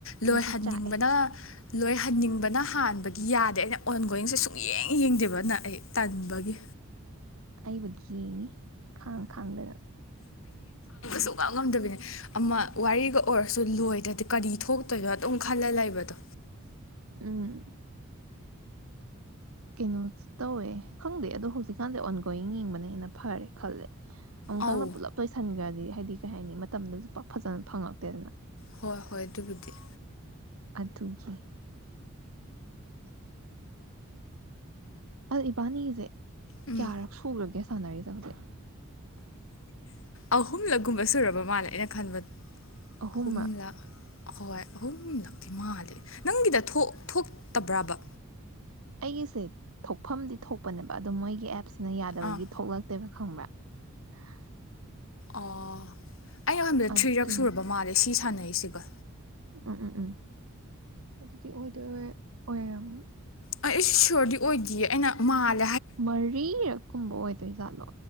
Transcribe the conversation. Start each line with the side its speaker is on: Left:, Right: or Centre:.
Left: ꯂꯣꯏꯍꯟꯅꯤꯡꯕꯅ
Right: ꯑꯩꯁꯨ ꯆꯥꯛꯑꯦ
Left: ꯂꯣꯏ ꯍꯟꯅꯤꯡꯕꯅ ꯍꯥꯟꯕꯒꯤ ꯌꯥꯗꯦ ꯑꯩꯅ ꯑꯣꯟ ꯒꯣꯋꯤꯡꯁꯦ ꯁꯨꯡ ꯌꯦꯡ ꯌꯦꯡꯗꯦꯕꯅ ꯑꯩ ꯇꯟꯕꯒꯤ
Right: ꯑꯩꯕꯨꯗꯤ ꯌꯦꯉꯤ ꯈꯥꯡ ꯈꯥꯡꯗꯅ
Left: ꯁꯨꯉꯝꯉꯝꯗꯕꯤꯅꯤ ꯑꯃ ꯋꯥꯔꯤꯒ ꯑꯣꯏꯔꯁꯨ ꯂꯣꯏꯗ꯭ꯔꯗꯤ ꯀꯔꯤ ꯊꯣꯛꯇꯣꯏꯅꯣ ꯑꯗꯨꯝ ꯈꯜꯂ ꯂꯩꯕꯗꯣ
Right: ꯎꯝ ꯀꯩꯅꯣ ꯇꯧꯋꯦ ꯈꯪꯗꯦ ꯑꯗꯣ ꯍꯧꯖꯤꯛꯀꯥꯟꯗꯤ ꯑꯣꯟꯒꯣꯋꯤꯡ ꯌꯦꯡꯕꯅ ꯍꯦꯅ ꯐꯔꯦ ꯈꯜꯂꯦ ꯑꯃꯨꯛꯇꯪꯅ
Left: ꯑꯧ
Right: ꯄꯨꯂꯞ ꯂꯣꯏꯁꯟꯈ꯭ꯔꯗꯤ ꯍꯥꯏꯗꯤ ꯀꯩ ꯍꯥꯏꯅꯤ ꯃꯇꯝꯗꯁꯨ ꯄꯥꯛ ꯐꯖꯅ ꯐꯪꯉꯛꯇꯦꯗꯅ
Left: ꯍꯣꯏ ꯍꯣꯏ ꯑꯗꯨꯕꯨꯗ
Right: ꯑꯗꯨꯒꯤ <unintelligible> ꯑ ꯏꯕꯥꯅꯤꯒꯤꯁꯦ
Left: ꯎꯝ
Right: ꯀꯌꯥꯔꯛ ꯁꯨꯔꯒꯦ <unintelligible> ꯁꯥꯟꯅꯔꯤꯖꯦ ꯍꯧꯖꯤꯛ
Left: ꯑꯍꯨꯝꯂꯛꯒꯨꯝꯕ ꯁꯨꯔꯕ ꯃꯥꯜꯂꯦ ꯑꯩꯅ ꯈꯟꯕ
Right: ꯑꯍꯨꯝꯔꯛ
Left: ꯑꯍꯨꯝꯂꯛ ꯍꯣꯏ ꯑꯍꯨꯝꯂꯛꯇꯤ ꯃꯥꯜꯂꯦ ꯅꯪꯒꯤꯗ ꯊꯣꯛ ꯊꯣꯛꯇꯕ꯭ꯔꯕ
Right: ꯑꯩꯒꯤꯁꯦ ꯊꯣꯛꯐꯝꯗꯤ ꯊꯣꯛꯄꯅꯦꯕ ꯑꯗꯣ ꯃꯣꯏꯒꯤ ꯑꯦꯞ ꯁꯤꯅ ꯌꯥꯗꯕꯒꯤ
Left: ꯑꯥ
Right: ꯊꯣꯛꯂꯛꯇꯦꯕ ꯈꯪꯕ꯭꯭ꯔꯥ ꯍ
Left: ꯑꯣ ꯑꯩꯩꯅ ꯈꯟꯕꯗ
Right: ꯑꯗꯨꯅꯤ
Left: ꯊ꯭ꯔꯤꯔꯛ ꯁꯨꯔꯕ ꯃꯥꯂꯦ ꯁꯤ ꯁꯥꯟꯅ ꯑꯩꯁꯤꯒ
Right: ꯎꯝ ꯎꯝ ꯎꯝ ꯑꯗꯨꯗꯤ ꯑꯣꯏꯗꯣꯏ ꯑꯣꯏꯔꯕꯣ
Left: ꯑꯩ ꯑꯩꯁꯨ ꯁꯤꯌꯣꯔꯗꯤ ꯑꯣꯏꯗꯤꯌꯦ ꯑꯩꯅ ꯃꯥꯜ
Right: ꯃꯔꯤꯔꯛ ꯀꯨꯝꯕ ꯑꯣꯏꯗꯣꯏꯖꯥꯠꯂꯣ